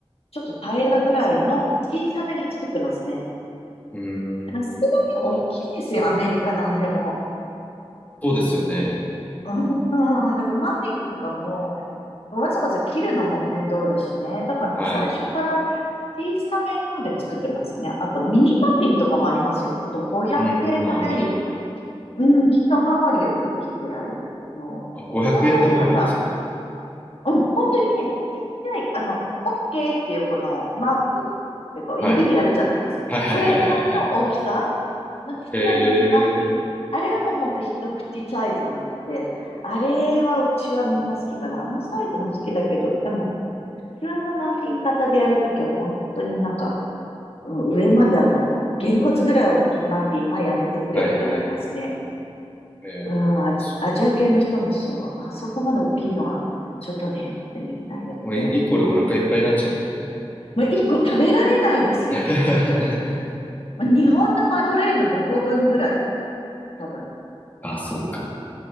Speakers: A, on the left; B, on the left.
A: ちょっと平らぐらいの小さめで作ってますね。
B: うーん。
A: さすがに大きいですよ、アメリカなんでも。
B: そうですよね。
A: うん、だからマフィンとかも、わざわざ切るのも面倒だしね。だからもう最初から
B: はい。
A: 小さめので作ってますね。あとミニマフィンとかもありますよ。ほんと500円玉より、
B: うーん、あ、ミニマフィン。
A: うん、一回り大きいぐらいの、
B: あ、500円玉よりですよ。
A: ちっちゃい型うん、本当にね、ちっちゃい、あの、OK っていうこのマークっていうか、
B: はい。
A: 指でやるじゃないですか。
B: はいはいはいはいはい。
A: それぐらいの大きさのちっちゃいミニマッフィン。
B: えー。
A: あれはもうほんと一口サイズなので、あれはうちはみんな好きかな。あのサイズも好きだけど、でも、普通のマフィン型でやるときは本当になんか、うん上まであの、げんこつぐらい大きいマフィンはやめてくれって言われますね。
B: はいはいはいはい。えーそ
A: うん、アジ、アジア系の人もそう。あそこまで大きいのは、ちょっとねってみんな言って。
B: もうい一個でお腹いっぱいになっちゃうね。
A: もう一個食べられないですよ。
B: <laughs>
A: もう日本のマドレーヌ5個分ぐらい、多分。
B: あ、そうか。